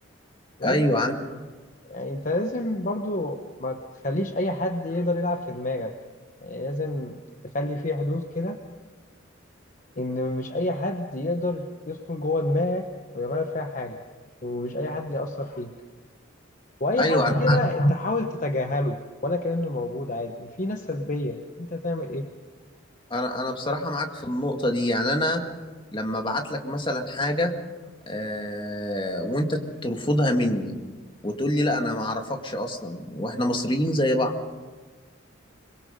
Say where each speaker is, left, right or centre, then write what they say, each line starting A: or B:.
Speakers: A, on the left (about 40°); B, on the left (about 25°).
A: لازم
B: ايوه عن
A: يعني أنت لازم برضه ما تخليش أي حد يقدر يلعب في دماغك يعني لازم تخلي فيه حدود كده إن مش أي حد يقدر يدخل جوه دماغك ويغير فيها حاجة ومش أي حد يأثر فيك واي
B: ايوه
A: حد
B: انا
A: كده
B: معاك
A: انت حاول تتجاهله ولا كأنه موجود عادي في ناس سلبية انت تعمل ايه
B: انا انا بصراحة معاك في النقطة دي يعني انا لما ابعت لك مثلا حاجة آه، وانت ترفضها مني وتقول لي لا انا ما اعرفكش اصلا واحنا مصريين زي بعض